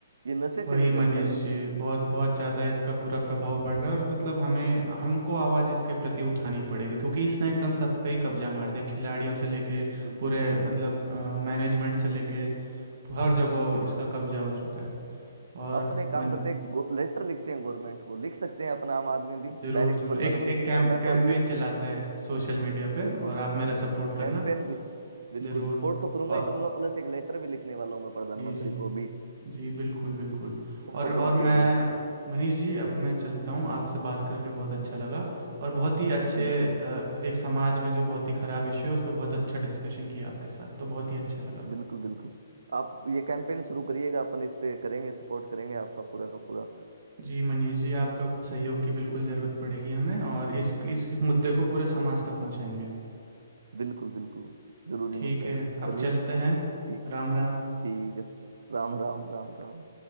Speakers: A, on the right; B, on the right.
A: ये नशे से
B: वही
A: भी
B: मनीष
A: भयंकर है
B: जी बहुत बहुत ज़्यादा इसका बुरा प्रभाव पड़ रहा है और मतलब हमें हमको आवाज़ इसके प्रति उठानी पड़ेगी क्योंकि इसने एकदम सब पे ही कब्जा मार दिया खिलाड़ियों से लेके
A: बिल्कुल
B: पूरे मतलब मैनेजमेंट से लेके हर जगह इसका कब्जा हो चुका है और
A: अपने काम
B: मन
A: करते हैं लेटर लिखते हैं गवर्नमेंट को लिख सकते हैं अपना आम आदमी भी
B: जरूर
A: डायरेक्ट
B: जरूर
A: प्रधानमंत्री
B: एक एक
A: के
B: कैम
A: नाम है
B: कैंपेन
A: तो अभी एक
B: चलाते हैं सोशल मीडिया पे
A: बिल्कुल
B: और आप मेरा सपोर्ट
A: कैंपेन
B: करना
A: भी बिल्कुल
B: जरूर
A: सपोर्ट तो करूंगा
B: और
A: ही करूंगा प्लस एक लेटर भी लिखने वाला हूँ मैं प्रधानमंत्री
B: जी जी
A: को अभी कि
B: जी बिल्कुल बिल्कुल
A: सबको
B: और
A: बंद
B: और
A: किया
B: मैं
A: जाए
B: मनीष जी अब मैं चलता हूँ आपसे बात करके बहुत अच्छा लगा और बहुत ही अच्छे
A: बिल्कुल
B: अ, एक समाज में जो बहुत ही ख़राब इश्यू है उस पर बहुत अच्छा डिस्कशन किया आपके साथ तो बहुत ही अच्छा लगा
A: बिल्कुल बिल्कुल आप ये कैंपेन शुरू करिएगा अपन इस पे करेंगे सपोर्ट करेंगे आपका पूरा का पूरा
B: जी मनीष जी आपका सहयोग की बिल्कुल ज़रूरत पड़ेगी हमें और इस इस मुद्दे को पूरे समाज तक पहुँचाएंगे
A: बिल्कुल बिल्कुल जरूरी
B: ठीक
A: मुद्दा
B: है
A: है
B: अब
A: चलिए
B: चलते हैं
A: ठीक
B: राम राम
A: ठीक है राम राम राम राम